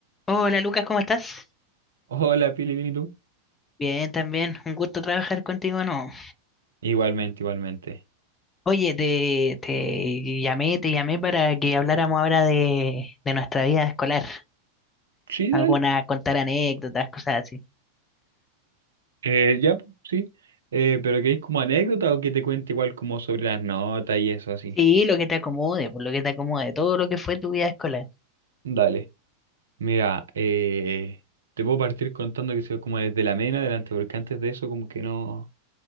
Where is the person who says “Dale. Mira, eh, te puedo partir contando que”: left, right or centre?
Right